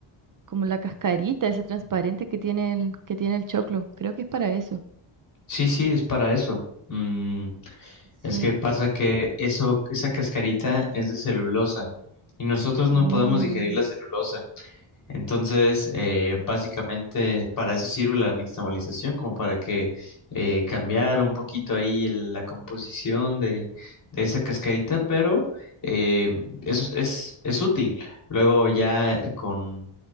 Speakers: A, on the right; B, on the left.
A: como la cascarita, ese transparente que tiene el, que tiene el choclo. Creo que es para eso.
B: sí, sí, es para eso. Mm, es
A: Sí.
B: que pasa que eso, esa cascarita es de celulosa y nosotros no
A: Mm,
B: podemos digerir la celulosa. Entonces, eh, básicamente para eso sirve la nixtamalización, como para que eh, cambiara un poquito ahí el- la composición de, de esa cascarita, pero eh, es, es, es útil. Luego ya con,